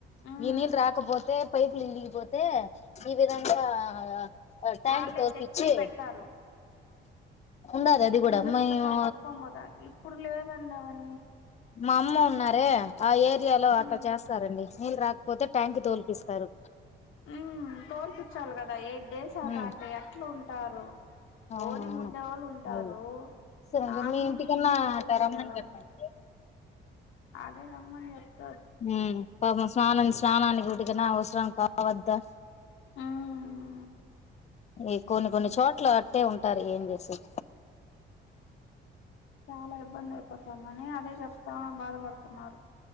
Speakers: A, on the left (about 80°); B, on the left (about 35°).
A: ఉమ్
B: ఈ నీళ్ళు రాకపోతే పైపులు విలిగిపోతే ఈ విధంగా ఆ ట్యాంక్
A: వాళ్ళే
B: తోల్పిచ్చి
A: తెచ్చి పెడతారు
B: ఉండాది అది కూడా
A: బిందులతో
B: మైము
A: పట్టుకొని పోతా ఇప్పుడు లేదండి అవన్నీ
B: మామ్మ ఉన్నారే ఆ ఏరియాలో అట్లా
A: ఉమ్
B: చేస్తారండి నీళ్ళు రాకపోతే ట్యాంక్ తోల్పిస్తారు.
A: ఉమ్ తోల్పించాలి కదా ఎయిట్ డేస్ అవుతా
B: ఉమ్
A: అంటే ఎట్లా ఉంటారు బోరింగ్
B: అవునవును
A: ఉండే వాళ్ళు ఉంటారు
B: అది సరే
A: నార్మల్
B: మీ ఇంటికన్నా
A: ఈ నీళ్లే
B: అట్ట
A: వచ్చేవాళ్ళు
B: రమ్మని
A: ఎలా
B: చెప్పండి
A: అదే రమ్మని చెప్పు
B: ఉమ్ పాపం స్నాం స్నానికిటికినా అవసరం కావద్దా
A: ఉమ్
B: ఈ కొన్ని కొన్ని చోట్ల అట్టే ఉం సరే ఎం చేస్తాం
A: చాలా ఇబ్బంది అయిపోతుందని అదే చెప్తా బాధపడుతున్నారు.